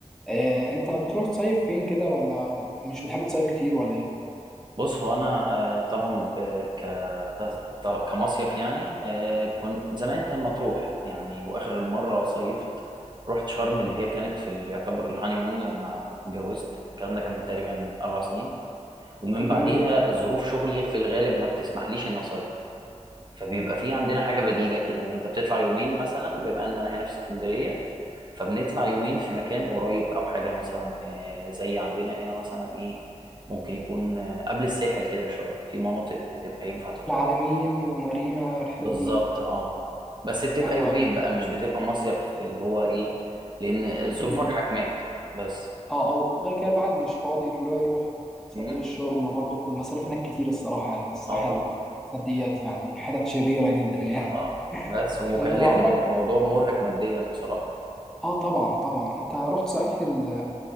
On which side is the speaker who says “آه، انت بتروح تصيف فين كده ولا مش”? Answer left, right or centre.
Centre